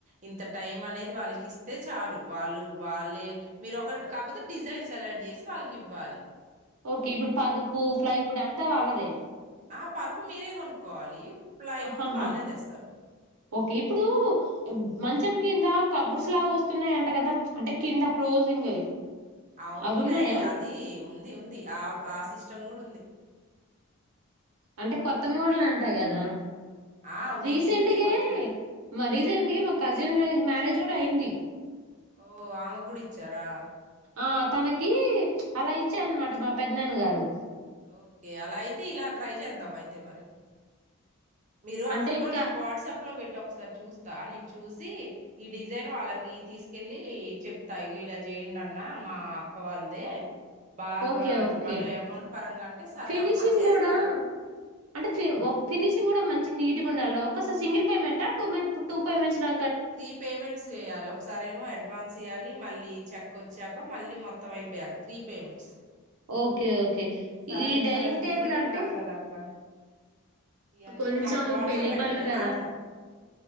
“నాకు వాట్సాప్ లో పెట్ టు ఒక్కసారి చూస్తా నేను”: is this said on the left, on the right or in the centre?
Right